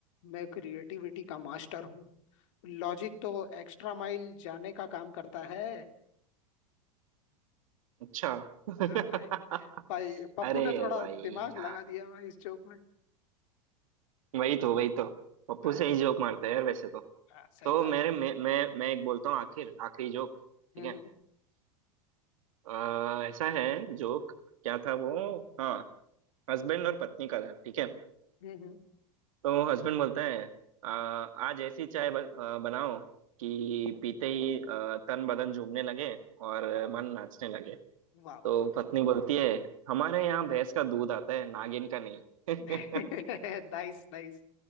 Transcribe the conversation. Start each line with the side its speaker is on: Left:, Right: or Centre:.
Left: मैं क्रिएटिविटी का मास्टर हूँ। लॉजिक तो एक्स्ट्रा माइल जाने का काम करता है
Right: अच्छा <laughs>
Left: हाँ भाई भाई पप्पू
Right: अरे
Left: ने थोड़ा
Right: भाई
Left: दिमाग
Right: यार
Left: लगा दिया भाई इस जोक में
Right: वही तो वही तो पप्पू
Left: हाँ
Right: से ही जोक मारता है यार वैसे तो
Left: हाँ सही
Right: तो
Left: बात
Right: मेरे मैं मैं मैं एक बोलता हूँ आखिर आखिरी जोक ठीक
Left: है
Right: है
Left: हम्म
Right: अ, ऐसा है जोक क्या था वो हाँ हस्बैंड और पत्नी का था ठीक है
Left: हम्म हम्म, हम्म,
Right: तो हस्बैंड बोलता है "अ, आज ऐसी चाय ब, अ, बनाओ कि पीते ही अ, तन बदन झूमने लगे और
Left: वाह
Right: मन नाचने लगे
Left: वाह
Right: तो
Left: वाह
Right: पत्नी बोलती है हमारे यहाँ भैंस का दूध आता है नागिन का नहीं <laughs>
Left: <laughs> नाइस नाइस